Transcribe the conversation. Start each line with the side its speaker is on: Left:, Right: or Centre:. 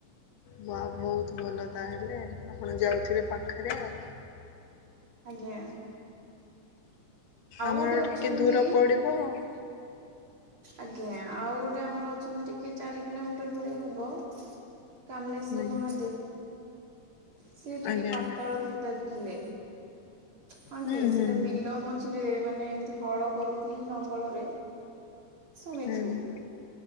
Left: ବା ବହୁତ ଭଲ ତାହେଲେ ଆପଣ ଯାଉଥିବେ ପାଖରେ ଆଉ।
Right: ଆଜ୍ଞା।
Left: ଆମର
Right: ଗୋଟେ
Left: ଆଉ
Right: ଅଛନ୍ତି
Left: ଟିକେ ଦୂର ପଡ଼ିବ ଆଉ।
Right: ଆଜ୍ଞା, ଆଉ ଗୋଟେ ଆମର ଅଛନ୍ତି ଟିକେ ଚାରି କିଲୋମିଟର ଭଳିଆ ହବ। କାମଲେଶ୍ୱର
Left: ଆଜ୍ଞା
Right: ମହାଦେବ୍। ସିଏ ଟିକେ
Left: ଆଜ୍ଞା ଆଜ୍ଞା।
Right: ପାତଳ ଫୁତରେ ଥିଲେ, ହଁ
Left: ହୁଁ
Right: କି ସେଟା
Left: ହୁଁ ହୁଁ।
Right: ବିଲ ମଝି ରେ ମାନେ ଏମିତି ହଳ କରୁଥିଲି ଲଙ୍ଗଳରେ ଶୁଣିଛୁ।
Left: ଆଜ୍ଞା